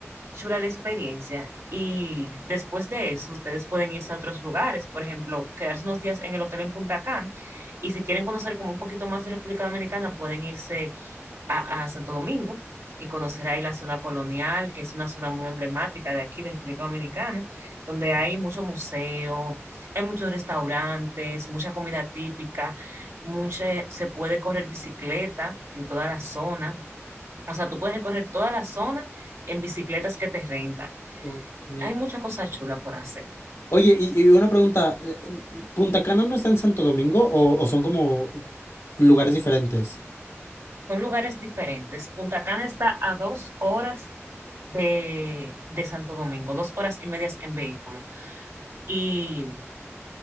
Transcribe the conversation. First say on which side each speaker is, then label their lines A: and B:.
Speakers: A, on the right (about 80°); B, on the left (about 80°).
A: chula la experiencia. Y después de eso, ustedes pueden irse a otros lugares, por ejemplo, quedarse unos días en el hotel en Punta Cana. Y si quieren conocer como un poquito más de República Dominicana, pueden irse a, a Santo Domingo y conocer ahí la zona colonial, que es una zona muy emblemática de aquí, de República Dominicana, donde hay mucho museo, hay muchos restaurantes, mucha comida típica, mucha, se puede correr bicicleta en toda la zona. O sea, tú puedes recorrer toda la zona en bicicletas que te rentan.
B: ok.
A: Hay muchas cosas chulas por hacer.
B: Oye, y, y una pregunta, eh, eh, ¿Punta Cana no está en Santo Domingo o, o son como lugares diferentes?
A: Son lugares diferentes. Punta Cana está a dos horas de, de Santo Domingo, dos horas y medias en vehículo. Y